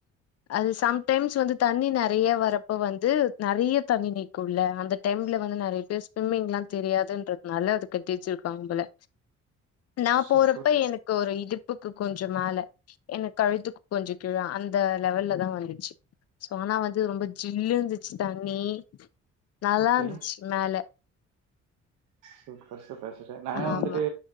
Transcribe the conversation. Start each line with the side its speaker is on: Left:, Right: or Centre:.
Left: அது சம்டைம்ஸ் வந்து தண்ணி நெறயா வரப்ப வந்து நெறயா தண்ணி நி க்குல்ல அந்த டைம்ல வந்து நெறயா பேர் ஸ்விம்மிங்கெல்லா தெரியாதுன்றதுனால அது கட்டி வெச்சுருக்காங்க போல
Right: <inaudible>
Left: நா
Right: சூப்பர்
Left: போறப்ப எனக்கு ஒரு இடுப்புக்கு கொஞ்சோ மேல எனக்கு கழுத்துக்கு கொஞ்சோ கீழ அ ந்த லெவல்லதா வந்துச்சு சோ ஆனா வந்து ரொம்ப ஜில்லு இந்துச்சு தண்ணி நல்லாந்துச்சு
Right: ஓகே
Left: மேல
Right: சூப்பர் சூப்பர் சிஸ்டர் நா
Left: ஆமா
Right: வந்துட்டு